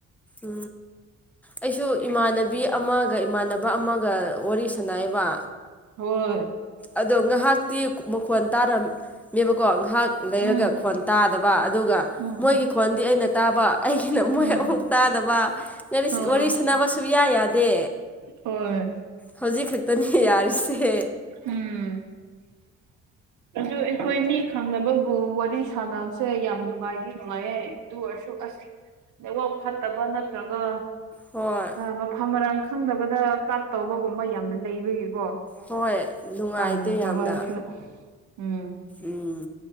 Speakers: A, in the centre; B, on the right.
A: ꯎ ꯑꯩꯁꯨ ꯏꯃꯥꯟꯅꯕꯤ ꯑꯃꯒ ꯏꯃꯥꯟꯅꯕ ꯑꯃꯒ ꯋꯥꯔꯤ ꯁ ꯈꯨꯥꯏꯕ
B: ꯍꯣꯏ
A: ꯑꯗꯣ ꯉꯥꯏꯍꯥꯛꯇꯤ ꯃꯈꯣꯟ ꯇꯥꯔꯝꯃꯦꯕꯀꯣ ꯉꯥꯏꯍꯥꯛ ꯂꯩꯔꯒ
B: ꯎꯝ
A: ꯈꯣꯟ ꯇꯥꯗꯕ ꯑꯗꯨꯒ
B: ꯎꯝ
A: ꯃꯣꯏꯒꯤ ꯈꯣꯟꯗꯤ ꯑꯩꯅ ꯇꯥꯕ ꯑꯩꯒꯤꯅ ꯃꯣꯏ
B: ꯎꯝ
A: ꯑꯃꯨꯛ ꯇꯥꯗꯕ
B: ꯑꯣ
A: ꯋꯥꯔꯤ ꯁꯥꯟꯅꯕꯁꯨꯌꯥ ꯌꯥꯗꯦ
B: ꯑꯣ
A: ꯍꯧꯖꯤꯛ ꯈꯛꯇꯅꯦ ꯌꯥꯔꯤꯁꯦ
B: ꯎꯝ ꯑꯗꯨ ꯑꯩꯈꯣꯏ ꯃꯤ ꯈꯪꯗꯕ ꯑꯣ ꯋꯥꯔꯤ ꯁꯥꯟꯅꯕꯁꯦ ꯌꯥꯝ ꯅꯨꯡꯉꯥꯏꯗꯤ ꯅꯨꯡꯉꯥꯏꯌꯦ ꯑꯗꯨ ꯑꯣꯏꯔꯁꯨ ꯑꯁ ꯅꯦꯠꯋꯛ ꯐꯠꯇꯕ ꯅꯠꯇ꯭ꯔꯒ
A: ꯍꯣꯏ
B: ꯃꯐꯝ ꯃꯔꯥꯡ ꯈꯪꯗꯅꯕꯗ ꯄꯥꯠ ꯇꯧꯕꯒꯨꯝꯕ ꯌꯥꯝꯅ ꯂꯩꯕꯒꯤꯀꯣ
A: ꯍꯣꯏ ꯅꯨꯡꯉꯥꯏꯇꯦ
B: ꯇꯥꯟꯅꯈ꯭ꯔꯕ
A: ꯌꯥꯝꯅ
B: ꯑꯩꯁꯨ ꯎꯝ
A: ꯎꯝ